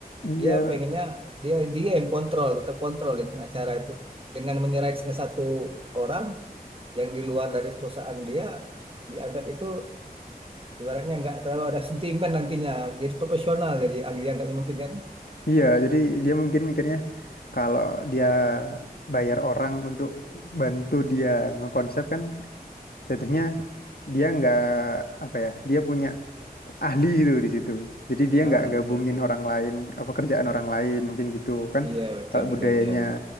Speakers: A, on the left; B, on the right.
A: iya
B: dia pengennya dia dia yang kontrol tetap kontrol dengan acara itu dengan menyerahkan salah satu orang yang di luar dari perusahaan dia dianggap itu ibaratnya nggak terlalu ada sentimen nantinya jadi profesional jadi ang- dianggapnya mungkin kan
A: iya jadi dia mungkin mikirnya kalau dia bayar orang untuk bantu dia ngekonsep kan jatuhnya dia nggak apa ya dia punya ahli gitu loh di situ jadi dia
B: Ah,
A: nggak gabungin
B: betul betul
A: orang lain apa kerjaan orang lain mungkin gitu kan
B: iya betul
A: kalau
B: betul
A: budayanya
B: ya ya